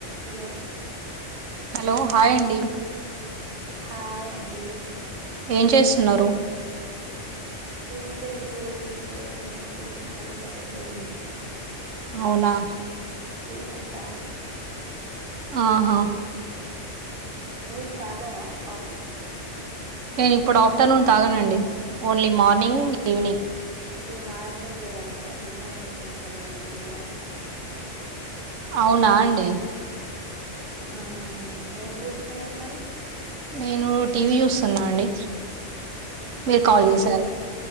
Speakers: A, on the right; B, on the right.
A: Hello
B: hello hi అండి
A: hi అండి
B: ఏం చేస్తున్నారు
A: ఏం లేదు ఇప్పుడే న్యూస్ పేపర్ చదివి అయిపోయింది
B: అవునా
A: టీ పెట్టాలి
B: ఆహా
A: మీరు తాగారా కాఫీ
B: నేను ఇప్పుడు ఆఫ్టర్నూన్ తాగనండి ఓన్లీ మార్నింగ్ యూనింగ్
A: ఇది మార్నింగే కదండి అందుకే న్యూస్ పేపర్ చదివి టీ తాగినా
B: అవునా అండి
A: ఆ ఏం చేస్తున్నారు మరి
B: నేను టీవీ చూస్తున్నా అండి మీరు కాల్
A: టీవి
B: చేశారు
A: యా